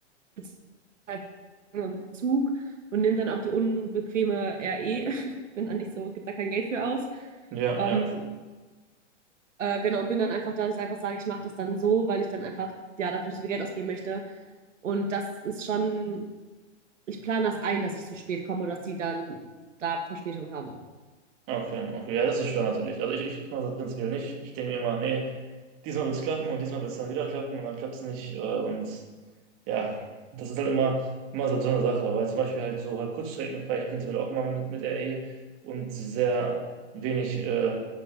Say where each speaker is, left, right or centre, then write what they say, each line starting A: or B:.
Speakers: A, on the right; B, on the right.
A: sitze halt im Zug und nehme dann auch die unbequeme RE. <laughs> Bin dann nicht so, gibt da kein Geld für aus.
B: Ja,
A: Ähm,
B: ja.
A: äh, genau, bin dann einfach da, dass ich einfach sage, ich mache das dann so, weil ich dann einfach, ja, dafür nicht so viel Geld ausgeben möchte. Und das ist schon ich plane das ein, dass ich zu spät komme oder dass die dann da Verspätung haben.
B: Okay, okay. Ja, das ist schlau natürlich. Also ich, ich, ich mache das prinzipiell nicht. Ich denke mir immer, nee, diesmal wird es klappen und diesmal wird es dann wieder klappen und dann klappt es nicht. Äh, und ja, das ist halt immer, immer so, so eine Sache, weil zum Beispiel halt so halt Kurzstrecken fahre ich prinzipiell auch immer mit, mit RE und sehr wenig äh,